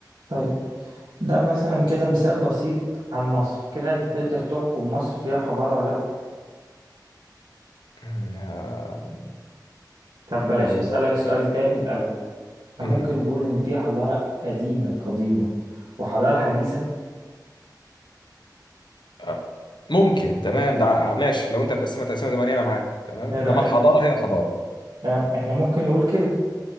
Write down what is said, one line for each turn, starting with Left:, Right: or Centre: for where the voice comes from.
Right: طيب ده مثلا كده مثال بسيط عن مصر كده انت تقدر تحكم مصر فيها حضارة ولا لا
Left: آم،
Right: طب بلاش
Left: والله
Right: هسألك سؤال تاني الاول ممكن
Left: امم
Right: نقول ان في حضارة قديمة قديمة وحضارة حديثة
Left: آه، ممكن تمام ده ع- ماشي لو انت هتقسمها تقسمها زمنية انا معاك تمام
Right: ايه
Left: انما
Right: رأيك
Left: الحضاره هي الحضاره
Right: فاهم احنا ممكن نقول كده